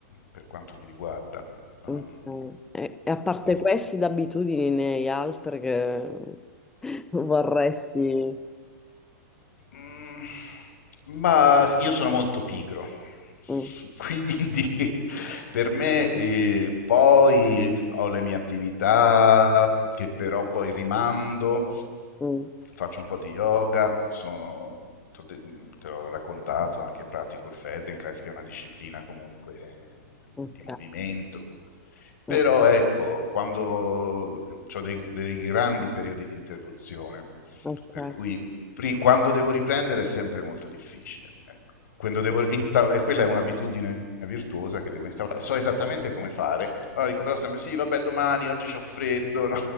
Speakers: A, on the left (about 65°); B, in the centre.
A: per quanto mi riguarda. Non-
B: Mhm. Ok. E, e a parte
A: non-
B: queste d'abitudini, ne hai altre che <laughs> vorresti...
A: Mm, ma io sono molto pigro, <laughs>
B: Mm,
A: quindi per me eh, poi ho le mie attività che però poi rimando,
B: mm.
A: faccio un po' di yoga, sono, t'ho de- te l'ho raccontato, anche pratico il Feldenkrais, che è una disciplina comunque eh,
B: Ok,
A: di movimento. Però
B: eh,
A: ecco, quando ho dei, dei grandi periodi di interruzione,
B: ok,
A: per cui pri- quando devo riprendere è sempre molto difficile. Ecco. Quando devo
B: ok.
A: instaurare, quella è un'abitudine virtuosa che devo instaurare. So esattamente come fare, allora dico però sempre sì, vabbè, domani, oggi c'ho freddo, no?